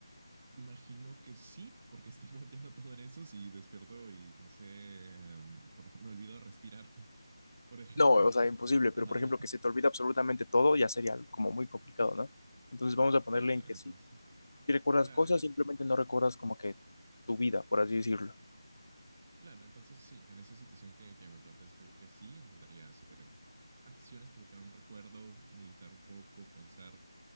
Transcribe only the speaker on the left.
No, o sea, imposible, pero
por ejemplo, que se te olvida absolutamente todo, ya sería algo como muy complicado, ¿no? Entonces vamos
a ponerle
en que
sí, si recuerdas
cosas,
simplemente
no recuerdas
como que tu vida, por así decirlo.